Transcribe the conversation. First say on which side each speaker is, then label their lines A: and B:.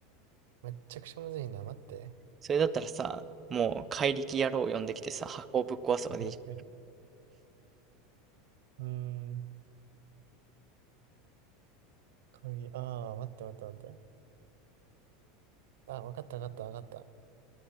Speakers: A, on the right (about 80°); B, on the right (about 20°).
A: めっちゃくちゃむずいな。待って。
B: それだったらさ、もう怪力野郎を呼んできてさ、箱をぶっ壊すとかでいいじ
A: 確かに。うーん。鍵、ああ、待って待って待って。あ、わかったわかったわかった。